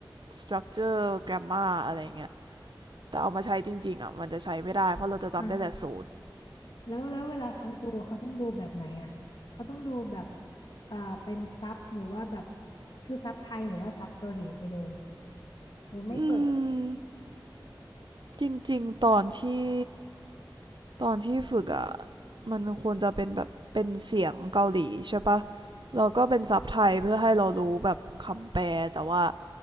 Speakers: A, on the right; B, on the left.
A: structure grammar อะไรอย่างเงี้ย แต่เอามาใช้จริงๆอ่ะมันจะใช้ไม่ได้เพราะเราจะจำได้แต่สูตร
B: อ่า แล้วแล้วเวลาเขาดูเขาต้องดูแบบไหนอ่ะเขาต้องดูแบบเอ่อเป็นซับหรือว่าแบบคือซับไทยหรือว่าซับเกาหลีไปเลยหรือไม่เปิด
A: อืมจริงๆตอนที่ตอนที่ฝึกอ่ะมันควรจะเป็นแบบเป็นเสียงเกาหลีใช่ปะแล้วก็เป็นซับไทยเพื่อให้เรารู้แบบคำแปลแต่ว่า